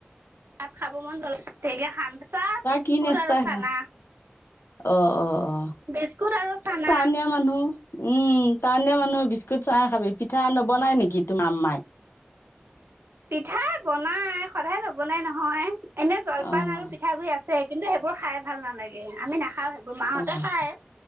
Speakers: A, on the right; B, on the left.
A: চাত খাব মন জ্বলে শান চাহ বিস্কুট
B: কি নাস্তা
A: আৰু
B: খালা?
A: চানা
B: অ অ অ
A: বিস্কুট আৰু চানা
B: টাউনীয়া মানুহ উম তাৰণে মানুহে বিস্কুট চাই খাবি পিঠা নবনাই নেকি তোম মাম্মাই
A: পিঠাই বনাই সদায় নবনাই নহয় এনে জলপান
B: অ',
A: আৰু পিঠাগুৰি আছে কিন্তু সেইবোৰ খাই ভাল নালাগে আমি নাখাওঁ সেইবোৰ মাহতে
B: অ',
A: খায়